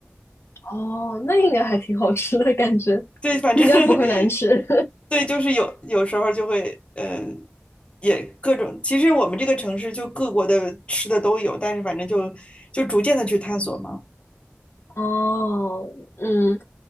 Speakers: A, on the left; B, on the left.
A: 哦，那应该还挺好吃的感觉，
B: 对，反正
A: 应该不会难吃。
B: <laughs> 对，就是有有时候就会，嗯，也各种。其实我们这个城市就各国的吃的都有，但是反正就就逐渐的去探索嘛。
A: <laughs> 哦，嗯。